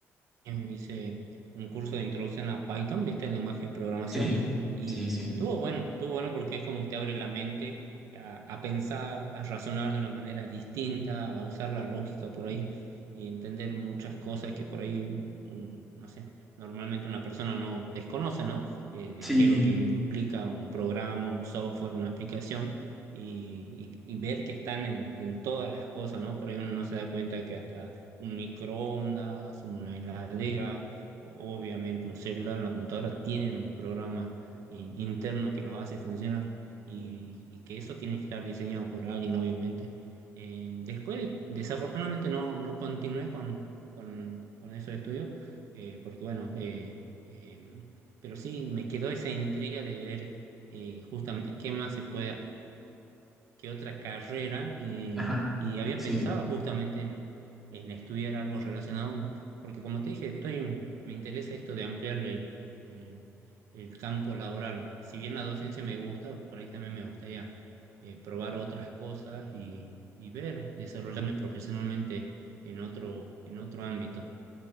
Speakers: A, on the right; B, in the centre.
A: eh, hice un curso de introducción a Python, ¿viste? El lenguaje de programación.
B: Sí,
A: Y
B: sí, sí.
A: estuvo bueno, estuvo bueno porque es como que te abre la mente a, a pensar, a razonar de una manera distinta, a usar la lógica por ahí y entender muchas cosas que por ahí, mm, no sé, normalmente una persona no desconoce, ¿no? Eh, de
B: Sí,
A: qué es lo que implica un programa, un software, una aplicación. Y, y- y ver que están en, en todas las cosas, ¿no? Por ahí uno no se da cuenta que hasta un microondas, una heladera, o- obviamente un celular, una computadora, tienen un programa i- interno que los hace funcionar y, y que eso tiene que estar diseñado por alguien, obviamente. Eh, después, desafortunadamente, no, no continué con, con, con esos estudios, eh, porque bueno, eh, eh, pero sí me quedó esa intriga de ver eh, justamente qué más se puede qué otra carrera eh,
B: ajá,
A: y había
B: sí.
A: pensado justamente en, en estudiar algo relacionado, porque como te dije, estoy, me interesa esto de ampliar el, eh, el campo laboral. Si bien la docencia me gusta, por ahí también me gustaría eh, probar otras cosas y, y ver, desarrollarme profesionalmente en otro, en otro ámbito.